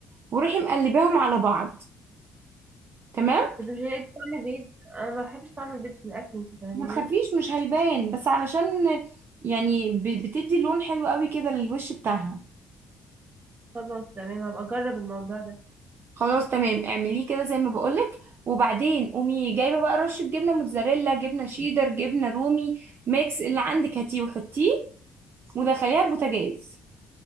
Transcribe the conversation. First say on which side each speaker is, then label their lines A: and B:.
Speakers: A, on the right; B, on the right.
A: وروحي مقلباهم على بعض تمام
B: بس مش هيبقى طعم بيض انا ما بحبش طعم البيض في الاكل انت فاهمه
A: ما تخافيش مش هيبان بس علشان يعني ب- بتدي لون حلو قوي كده للوش بتاعها
B: خلاص تمام هبقى اجرب الموضوع ده
A: خلاص تمام اعمليه كده زي ما بقولك وبعدين قومي جايبه بقى رشه جبنه موتزاريلا جبنه شيدر جبنه رومي ميكس اللي عندك هاتيه وحطيه ودخليها البوتاجاز